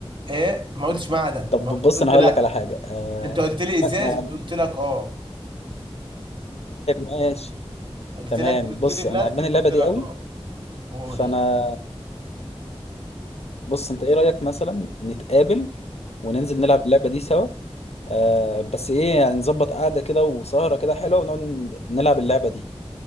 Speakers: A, on the right; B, on the left.
A: إيه ما قلتش معدن
B: طب
A: ما
B: بص
A: قلت قلت
B: انا هقول
A: لا
B: لك على حاجة آه...
A: أنت قلت لي إزاز
B: أنا عجبان-
A: قلت لك أه
B: ماشي
A: قلت
B: تمام
A: لك قلت
B: بص
A: لي بلاستيك
B: انا عجباني اللعبة
A: قلت
B: دي
A: لك
B: قوي
A: أه قول
B: فانا بص انت ايه رأيك مثلا نتقابل وننزل نلعب اللعبة دي سوا آه... بس ايه يعني نظبط قعدة كده وسهرة كده حلوة ونقعد نلعب اللعبة دي